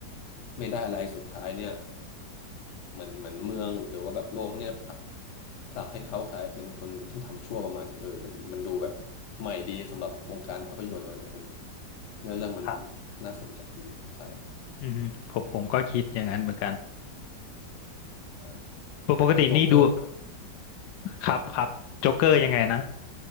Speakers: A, on the left; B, on the left.
A: ไม่ได้อะไรสุดท้ายเนี่ยเหมือนเหมือนเมืองหรือว่าแบบโลกเนี่ยผลักผลักให้เขากลายเป็นคนที่ทำชั่วประมาณนึงเออมันมันดูแบบใหม่ดีสำหรับวงการภาพยนตร์มันเออเนื้อเรื่องมัน
B: ครับ
A: น่าสนใจดีใช่
B: อือฮึผมผมก็คิดอย่างนั้นเหมือนกัน
A: อ่า
B: กปกตินี่ดู
A: แต่โจ๊กเกอร์
B: ครับครับโจ๊กเกอร์ยังไงนะ
A: ครับ